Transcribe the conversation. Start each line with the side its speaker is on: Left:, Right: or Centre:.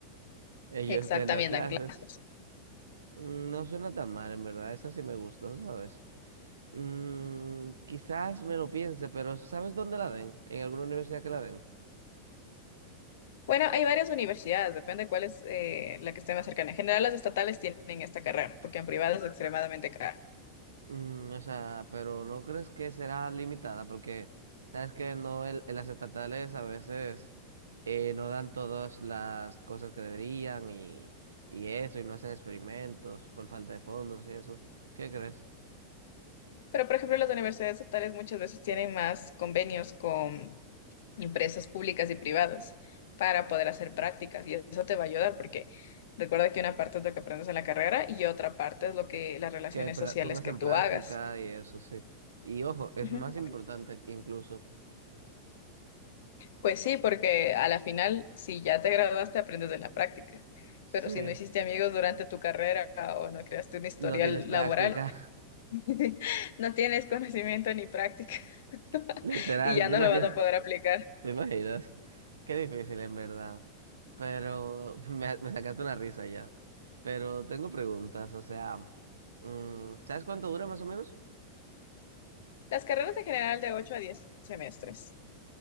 Right: ellos
Left: Exactamente,
Right: pueden dar clases.
Left: dan clases.
Right: Mm, No suena tan mal, en verdad, esa sí me gustó, ¿sabes? Mm, quizás me lo piense, pero ¿sabes dónde la den? ¿En alguna universidad que la den?
Left: Bueno, hay varias universidades, depende cuál es eh, la que esté más cercana. En general, las estatales tienen esta carrera, porque en privado es extremadamente cara.
Right: Mm, o sea, pero ¿no crees que será limitada? Porque sabes que no el, en las estatales a veces eh, no dan todas las cosas que deberían y, y eso, y no hacen experimentos por falta de fondos y eso. ¿Qué crees?
Left: Pero, por ejemplo, las universidades estatales muchas veces tienen más convenios con empresas públicas y privadas para poder hacer prácticas y eso te va a ayudar porque recuerda que una parte es lo que aprendes en la carrera y otra parte es lo que las relaciones
Right: Que pra-
Left: sociales
Right: pongas
Left: que
Right: en
Left: tú
Right: práctica
Left: hagas.
Right: y eso, sí. Y ojo, es
Left: Ujú.
Right: más importante incluso.
Left: Pues sí, porque a la final, si ya te graduaste, aprendes de la práctica.
Right: Sí.
Left: Pero si no hiciste amigos durante tu carrera o no creaste un historial
Right: No tienes práctica,
Left: laboral, <laughs> no tienes conocimiento ni práctica
Right: <laughs> literal,
Left: <laughs> y ya
Right: ¿te
Left: no
Right: imaginas?
Left: lo vas a poder
Right: <laughs>
Left: aplicar.
Right: ¿Te imaginas? Qué difícil, en verdad. Pero <laughs> me, me sacaste una risa ya. Pero tengo preguntas, o sea, mm, ¿sabes cuánto dura más o menos?
Left: Las carreras en general de 8 a 10 semestres.